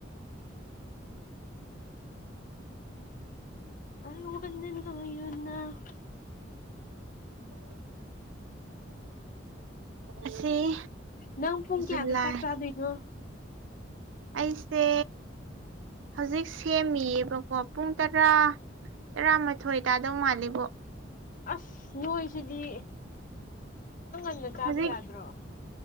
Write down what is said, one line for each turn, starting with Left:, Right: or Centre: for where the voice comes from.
Left: <unintelligible> <unintelligible>
Right: <inaudible> ꯑꯁꯤ
Left: ꯅꯪ ꯄꯨꯡ
Right: ꯖꯨꯂꯥꯏ
Left: ꯀꯌꯥꯗ ꯆꯥꯛ ꯆꯥꯗꯣꯏꯅꯣ
Right: ꯑꯩꯁꯦ ꯍꯧꯖꯤꯛ ꯁꯦꯝꯃꯤꯌꯦꯕꯀꯣ ꯄꯨꯡ ꯇꯥꯔꯥ ꯇꯥꯔꯥꯃꯥꯊꯣꯏ ꯇꯥꯗꯧ ꯃꯥꯜꯂꯤꯕꯣ
Left: ꯑꯁ ꯅꯣꯏꯁꯤꯗꯤ <unintelligible> ꯆꯥꯕ
Right: ꯍꯧꯖꯤꯛ
Left: ꯌꯥꯗ꯭ꯔꯣ